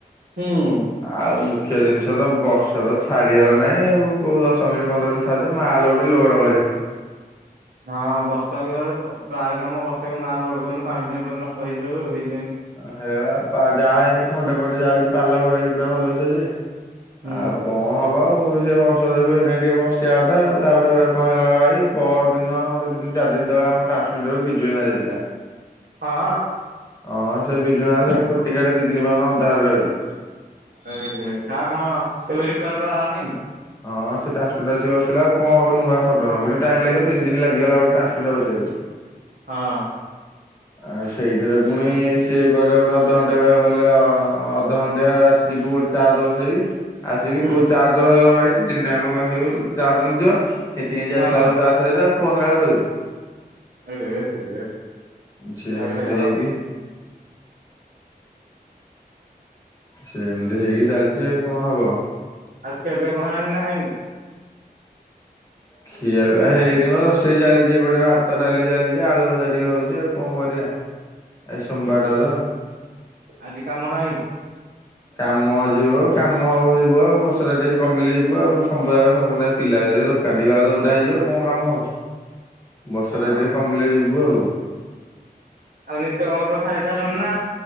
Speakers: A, on the right; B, on the left.
A: ହୁଁ
B: ଆଉ ମୁଖ୍ୟ ଜିନିଷ ତ ବର୍ଷା ତ ଛାଡିବାର ନାହିଁ ଆଉ କୋଉ ଦଶ ମିନିଟ ପନ୍ଦର ମିନିଟ୍ ଛା- ମାଲ ଗୋଟେ ଲୋଡ଼
A: ହଁ ବର୍ଷାକୁ ପ୍ରାୟ କାମ ବର୍ଷାକୁ ମାଲ ଲୋଡ କରିନୁ ପାଣି ଫାଣି ପଡି ନଷ୍ଟ। <unintelligible> ହେଇ
B: ହେ ବା ଯାହା ହେଇନି ଖଣ୍ଡେ ପଟେ ଯାଉଛି ପାଲ ଘୋଡେଇକି ପୁରା ଭଲସେ ଯେ।
A: ହୁଁ।
B: ଆଉ କଣ ହବ ଆଉ ସେ ବ ର୍ଷା ଯୋଗୁ ସେଥିପାଇଁ ଟିକେ ବସିବା କଥା ଆଉ ତାପରେ କଣ ହେଇଥିଲା କହିଲ ଭାଇ ପର ଦିନ ତିନି ଚାରି ଦିନ ତଳେ ଆମ ଟ୍ରାନ୍ <unintelligible> ବିଜୁଳି ମାରିଦେଇଥିଲା।
A: ହଁ
B: ହଁ ସେ ବିଜୁଳ ମାରିକି ଫୁଟିକି ଇଆଡେ ଦି ଦିନ ପର୍ଯ୍ୟନ୍ତ ଅନ୍ଧାରେ ରହିଲୁ।
A: ଏ ହେ ସାର୍ କଣ ଏବେ ରିପେୟାର କରାହେଲାଣି।
B: ହଁ ସେ ଟାନ୍ସ୍ ମିଟର୍ ଆସି ବସିଲା ଆଉ କଣ ହବ ନୂଆ ସଡନ ପୁଣି ଟାଇମ୍ ଲାଗିବ ତିନ୍ ଦିନ୍ ଲାଗିଗଲା ଗୋଟେ ଟ୍ରାନ୍ସମିଟର୍ ବସିବାକୁ।
A: ହଁ
B: ଆଉ ସେଇଥିରେ ପୁଣି ସିଏ କୁଆଡେ ଗୋଟେ ଅଧଘଣ୍ଟା କହିବାକୁ ଗଲେ ଅଧଘଣ୍ଟିଆ ଯିବୁଗୋଟେ। ଚାର୍ଜ ବସେଇବି। ଆଜି ବି
A: ହୁଁ
B: କୋଉ ଚାର୍ଜ ରହିବ ଭାଇ ଦିନଯାଙ୍କ ବସିବୁ ଚାର୍ଜ ନଥିବ କେଞ୍ଚି କେଞ୍ଚି
A: ହଁ
B: ଆସିଲା ବେଳକୁ ଚା <unintelligible> ଆଉ ଫୋନ୍ କାହାକୁ କରିବୁ।
A: ଏହେ ହେ।
B: ସେମିତି
A: ଭାରି ହଇରାଣ
B: ହେଇକି।
A: ଆଉ
B: ସେମତି ହେଇକି ଚାଲିଛି ଆଉ କଣ ହବ।
A: ଆଉ ଖିଆପିଆ କଣ ହେଲାଣି ନା ହେଇନି।
B: ଖିଆ ପିଆ‌ ହେଇନି ମୋ ରୋଷେଇ ଚାଲିଛି ଏପଟେ ଭାତ ଡାଲି ଚାଲିଛି ଆଳୁ ଭଜା ଟିକେ ହଉଛି ଆଉ କଣ କରିବା। ଆଜି ସୋମବାରଟା ତ।
A: ଆଜି କାମ ନାହିଁ?
B: କାମ ଅଛି ମ କାମ ହବ ଯିବ ବର୍ଷଟା ଟିକେ କମିଲେ ଯିବୁ ଆଉ। <unintelligible> କାନ୍ଦିବା ବ ତ ଓଦା ହେଇଯିବ ଆଉ କଣ କାମ ହବ ବର୍ଷାଟା
A: ହଁ
B: ଟିକେ କମିଲେ ଯିବୁ ଆଉ।
A: ଆଉ ନିଦ କଣ ସବୁ ଛାଡ଼ି ସାରିଲଣି ନା